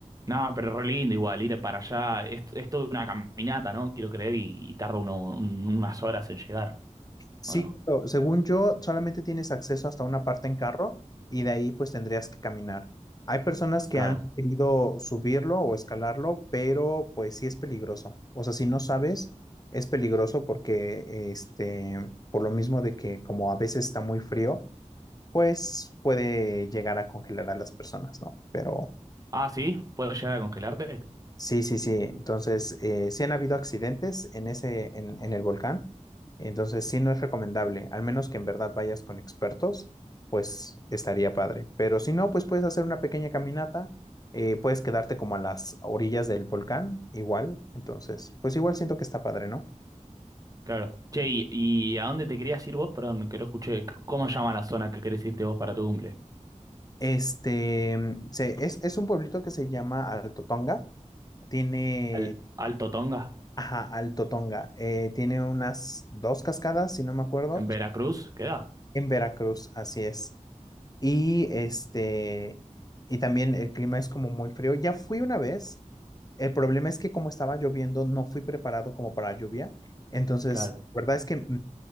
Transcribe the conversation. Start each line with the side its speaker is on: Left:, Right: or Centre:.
Right: No, pero re lindo igual, ir para allá. Es, es toda una caminata, ¿no? Quiero creer, y, y tarda uno, un- unas horas en llegar,
Left: Sí,
Right: ¿o no?
Left: pero según yo, solamente tienes acceso hasta una parte en carro y de ahí pues tendrías que caminar. Hay personas que
Right: Claro.
Left: han querido subirlo o escalarlo, pero pues sí es peligroso. O sea, si no sabes, es peligroso porque este, por lo mismo de que como a veces está muy frío pues puede llegar a congelar a las personas, ¿no? Pero
Right: Ah, sí, ¿puedo llegar a congelarte?
Left: sí, sí, sí. Entonces, eh, sí han habido accidentes en ese, en, en el volcán. Entonces, sí no es recomendable, al menos que en verdad vayas con expertos, pues estaría padre. Pero si no, pues puedes hacer una pequeña caminata, eh, puedes quedarte como a las orillas del volcán, igual. Entonces, pues igual siento que está padre, ¿no?
Right: Claro. Che, ¿y, y a dónde te querías ir vos? Perdón, que no escuché. C- ¿Cómo se llama la zona que querés irte vos para tu cumple?
Left: Este, se- es, es un pueblito que se llama Altotonga. Tiene
Right: ¿Al, Alto Tonga?
Left: Ajá, Alto Tonga. Eh, tiene unas dos cascadas, si no me acuerdo,
Right: En Veracruz queda.
Left: en Veracruz, así es. Y este, y también el clima es como muy frío. Ya fui una vez. El problema es que como estaba lloviendo, no fui preparado como para lluvia. Entonces,
Right: Claro,
Left: la verdad es que mm,